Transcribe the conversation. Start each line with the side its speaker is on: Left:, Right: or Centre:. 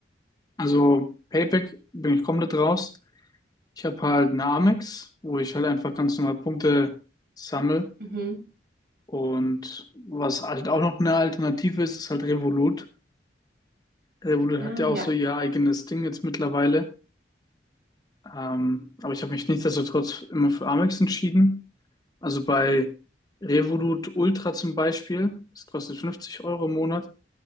Left: Also Payback bin ich komplett raus. Ich habe halt eine Amex, wo ich halt einfach ganz normal Punkte sammle.
Right: Mhm.
Left: Und was halt auch noch eine Alternative ist, ist halt Revolut. Revolut
Right: Ah,
Left: hat ja auch
Right: ja.
Left: so ihr eigenes Ding jetzt mittlerweile. Ähm, aber ich habe mich nichtsdestotrotz immer für Amex entschieden. Also bei Revolut Ultra zum Beispiel, das kostet 50 Euro im Monat.